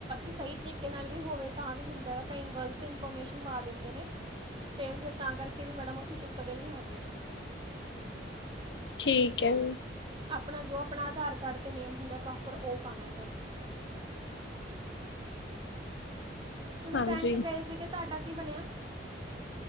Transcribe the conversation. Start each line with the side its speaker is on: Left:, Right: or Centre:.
Right: ਸਹੀ ਤਰੀਕੇ ਨਾਲ ਵੀ ਹੋਵੇ ਤਾਂ ਵੀ ਹੁੰਦਾ ਹੈ ਕਈ ਗਲਤ ਇਨਫੋਰਮੇਸ਼ਨ ਪਾ ਦਿੰਦੇ ਨੇ ਤੇ ਫਿਰ ਤਾਂ ਕਰਕੇ ਵੀ ਮੈਡਮ ਓਥੋਂ ਚੁੱਕਦੇ ਨੀ ਹੈਗੇ।
Left: ਠੀਕ ਹੈ।
Right: ਆਪਣਾ ਜੋ ਆਪਣਾ ਆਧਾਰ ਕਾਰਡ ਤੇ ਨੇਮ ਹੁੰਦਾ ਪ੍ਰੋਪਰ ਉਹ ਪਾਣਾ ਐਗਾ। ਤੁਸੀਂ
Left: ਹਾਂਜੀ
Right: ਬੈਂਕ ਗਏ ਸੀਗੇ ਤੁਹਾਡਾ ਕੀ ਬਣਿਆ?